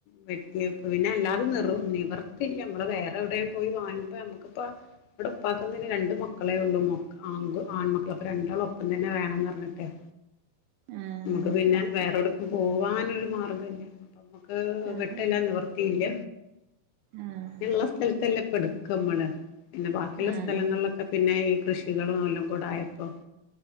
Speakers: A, on the left; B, on the right.
A: വെ ട്ട്യേപ്പം പിന്നെ എല്ലാതെ നിർ നിവർത്തി മ്മള് വേറെവ്ടേം പോയി വാങ് അപ്പൊ നമ്മുക്കിപ്പ ഇവിടെ ഒപ്പാക്കുന്നതിന് രണ്ട് മക്കളേയുള്ളു ആ ആൺമക്കള് അപ്പൊ രണ്ടാളും ഒപ്പം തന്നെ വേണംന്ന് പറഞ്ഞിട്ടേ-
B: ആഹ് ആഹ്
A: നമുക്ക് പിന്നെ വേറൊടു- പോവാനൊരു മാർഗ്ഗംല്ല്യ അപ്പം നമുക്ക്-
B: ആഹ്
A: വെട്ടെല്ലാം നിവർത്തിയില്ല
B: ആഹ്
A: ഏതില്ല പടു <unintelligible> ക്ക നമ്മള് പിന്നെ ബാക്കിയുള്ള
B: ആഹ്
A: സ്ഥലങ്ങളിലൊക്കെ പിന്നെ- കൃഷികളും നെല്ലും കൂടായപ്പോ